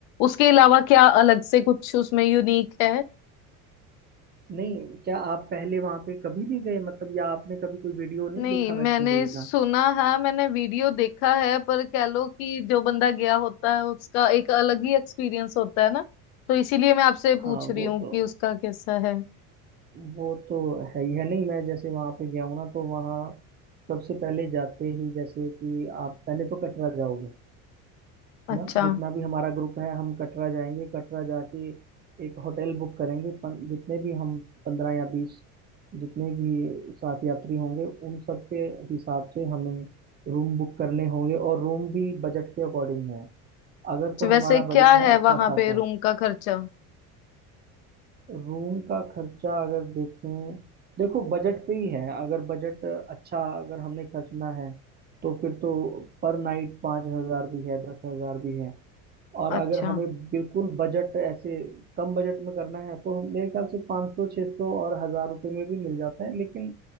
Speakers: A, on the left; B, on the right.
A: उसके अलावा क्या अलग से कुछ उसमें यूनिक है
B: नहीं क्या आप पहले वहां पे कभी नहीं गए मतलब या आपने कभी कोई वीडियो नहीं
A: नहीं
B: देखा
A: मैंने
B: वैष्णो देवी
A: सुना
B: का
A: है मैंने वीडियो देखा है पर कह लो कि जो बंदा गया होता है उसका एक अलग ही एक्सपीरियंस होता है ना तो इसीलिए मैं आपसे
B: हाँ
A: पूछ रही
B: वो
A: हूँ
B: तो
A: कि उसका कैसा है
B: वो तो है ही है नहीं मैं जैसे वहां पे गया हूँ ना तो वहाँ सबसे पहले जाते ही जैसे कि आप पहले तो कटरा जाओगे है
A: अच्छा
B: ना जितना भी हमारा ग्रुप है हम कटरा जाएंगे कटरा जाके एक होटल बुक करेंगे पन, जितने भी हम पंद्रह या बीस जितने भी साथ यात्री होंगे उन सब के हिसाब से हमें रूम बुक करने होंगे और रूम भी बजट के अकॉर्डिंग है अगर
A: तो
B: तो
A: वैसे
B: हमारा
A: क्या
B: बजट है
A: है
B: अच्छा
A: वहां
B: खासा
A: पे रूम का खर्चा
B: रूम का खर्चा अगर देखें देखो बजट पे ही है अगर बजट अच्छा अगर हमने खर्चना है तो फिर तो पर नाइट पाँच हजार भी है दस हजार भी है और
A: अच्छा
B: अगर हमें बिल्कुल बजट ऐसे कम बजट में करना है तो मेरे ख्याल से पाँच सौ छः सौ और हजार रुपये में भी मिल जाता है लेकिन